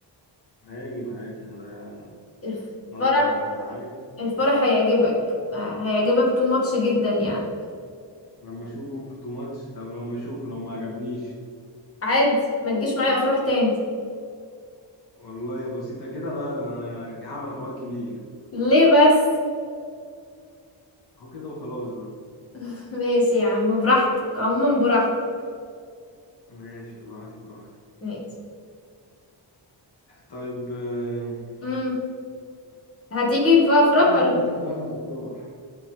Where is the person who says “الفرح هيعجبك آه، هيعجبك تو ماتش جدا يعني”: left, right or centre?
Left